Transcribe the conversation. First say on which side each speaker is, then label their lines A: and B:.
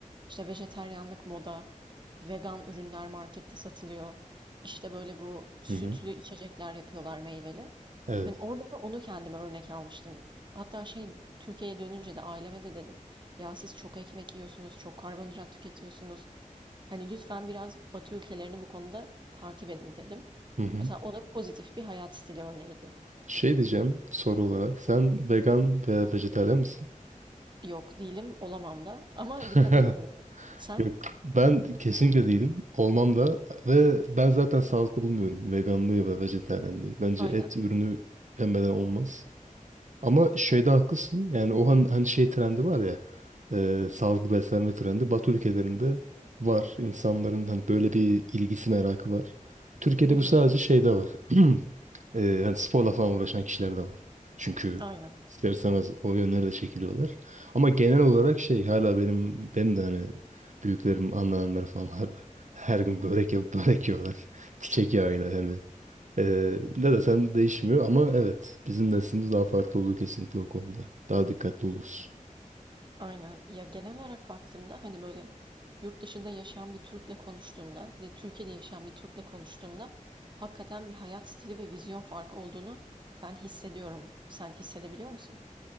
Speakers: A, on the right; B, on the right.
A: işte vejeteryanlık moda, vegan ürünler markette satılıyor. İşte böyle bu sütlü
B: Hı hı.
A: içecekler yapıyorlar meyveli.
B: Evet.
A: Hani orada da onu kendime örnek almıştım. Hatta şey Türkiye'ye dönünce de aileme de dedim. Ya siz çok ekmek yiyorsunuz, çok karbonhidrat tüketiyorsunuz. Hani lütfen biraz Batı ülkelerini bu konuda takip edin dedim.
B: Hı hı.
A: Mesela o da pozitif bir hayat stili örneğiydi.
B: Şey diyeceğim soru olarak. Sen vegan veya vejetaryen misin?
A: Yok değilim, olamam da ama
B: <laughs>
A: dikkat ediyorum. Sen?
B: Yok. Ben kesinlikle değilim. Olmam da ve ben zaten sağlıklı bulmuyorum veganlığı ve vejetaryenliği. Bence
A: Aynen.
B: et ürünü yemeden olmaz. Ama şeyde haklısın. Yani o han- hani şey trendi var ya. E, sağlıklı beslenme trendi. Batı ülkelerinde var. İnsanların hani böyle bir ilgisi merakı var. Türkiye'de
A: Hı hı.
B: bu sadece şeyde var. <clears throat> e, hani sporla falan uğraşan kişiler de var. Çünkü
A: Aynen.
B: ister istemez o yönlere de çekiliyorlar. Ama genel olarak şey hala benim benim de hani büyüklerim, anneannemler falan hala her gün börek yapıp börek yiyorlar. <laughs> Çiçek yağıyla yani. Ee, ne desen değişmiyor ama evet bizim neslimiz daha farklı olur kesinlikle o konuda. Daha dikkatli oluruz.
A: Aynen. Ya genel olarak baktığımda hani böyle yurt dışında yaşayan bir Türk'le konuştuğumda bir de Türkiye'de yaşayan bir Türk'le konuştuğumda hakikaten bir hayat stili ve vizyon farkı olduğunu ben hissediyorum. Sen hissedebiliyor musun?